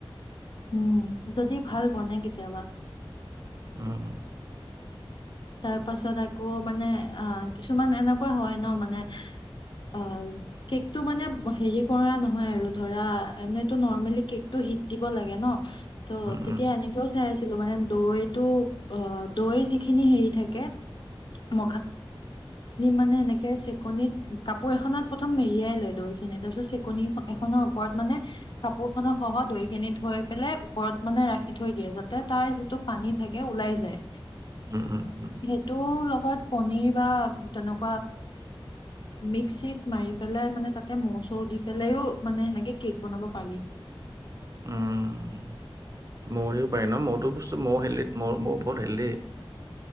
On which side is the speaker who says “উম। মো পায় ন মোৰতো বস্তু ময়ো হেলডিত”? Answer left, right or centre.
Right